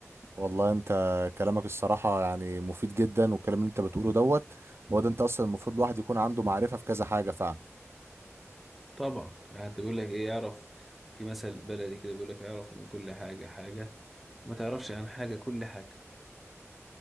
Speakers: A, on the right; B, in the centre.
A: والله انت كلامك الصراحة يعني مفيد جدا والكلام اللي انت بتقوله دوت هو ده انت اصلا المفروض الواحد يكون عنده معرفة في كذا حاجة فعلا
B: طبعا يعني انت بيقول لك ايه يعرف في مثل بلدي كده بيقول لك يعرف من كل حاجة حاجة ما تعرفش عن حاجة كل حاجة